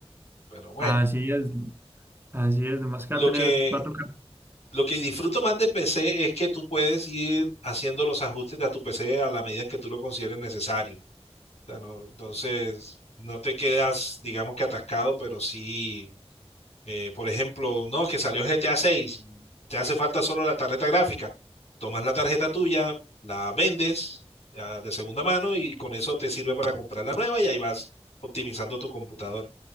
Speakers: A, on the left; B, on the right.
A: pero bueno,
B: Así es, así es, más que
A: lo
B: va a tener,
A: que,
B: va a tocar.
A: lo que disfruto más de PC es que tú puedes ir haciendo los ajustes a tu PC a la medida en que tú lo consideres necesario. O sea, no, entonces, no te quedas, digamos que atascado, pero sí Eh, por ejemplo, no, que salió GTA 6, te hace falta solo la tarjeta gráfica. Tomas la tarjeta tuya, la vendes ah, de segunda mano y con eso te sirve para comprar la nueva y ahí vas optimizando tu computador.